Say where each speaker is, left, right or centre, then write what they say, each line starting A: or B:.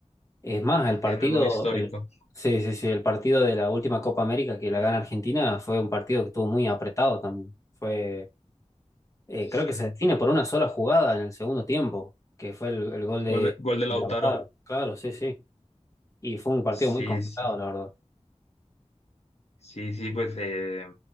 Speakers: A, on the left; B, on the left.
A: Es más, el
B: si
A: Sí. partido,
B: tienen un histórico.
A: el, sí, sí, sí, el partido de la última Copa América que la gana Argentina fue un partido que estuvo muy apretado también. Fue, eh, creo
B: <laughs>
A: que se define por una sola jugada en el segundo tiempo, que fue el, el gol de,
B: Gol de, gol de Lautaro.
A: de Lautaro. Claro, sí, sí. Y fue un partido
B: Sí,
A: muy complicado,
B: sí,
A: la verdad.
B: sí, sí, pues, eh,